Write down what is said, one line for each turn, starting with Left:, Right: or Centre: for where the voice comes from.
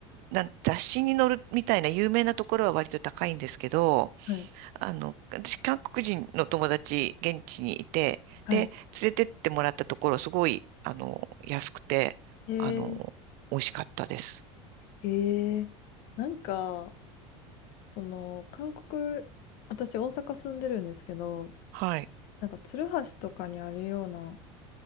Right: なん雑誌に載るみたいな有名なところは割と高いんですけど、
Left: はい、
Right: あの、私韓国人の友達現地にいて、
Left: はい。
Right: で、連れてってもらったところすごい、あの、安くて、
Left: え
Right: あの、美味しかったです。
Left: ー、えー、なんか、その、韓国、私、大阪住んでるんですけど、
Right: はい。
Left: なんか、鶴橋とかにあるような、